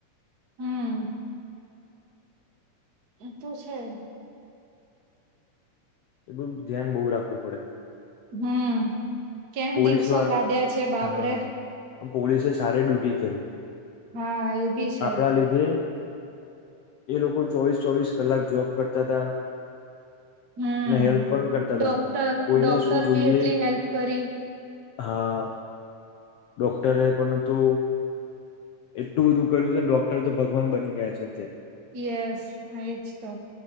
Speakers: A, on the right (about 40°); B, on the left (about 75°).
A: હમ ઈતો છે.
B: એ બધું ધ્યાન બહુ રાખવું પડે.
A: હમ કેમ
B: પોલીસ
A: દિવસો
B: વાળા
A: કાઢ્યા છે બાપરે
B: હા પોલીસે સારી ડ્યુટી કરી.
A: હા એ બી છે.
B: આપણા લીધે એ લોકો ચોવીસ ચોવીસ કલાક જોબ કરતા હતા.
A: હમ
B: ને હેલ્પ પણ કરતા હતા
A: ડોક્ટર
B: કોઈને
A: ડોક્ટર
B: શું જોઈએ
A: બી એટલી હેલ્પ કરી
B: હા ડોક્ટરે પણંતુ એટલું બધું કર્યું છે ડોક્ટર તો ભગવાન બની ગયા છે.
A: યસ એજ તો.